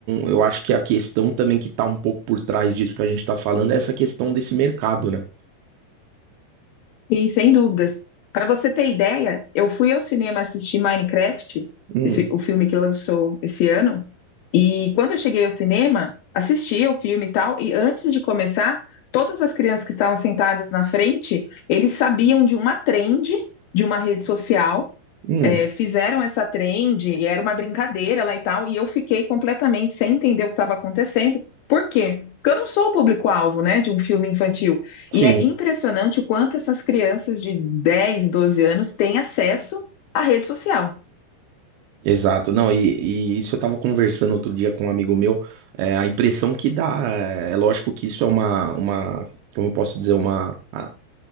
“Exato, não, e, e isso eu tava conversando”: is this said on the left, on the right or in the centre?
Right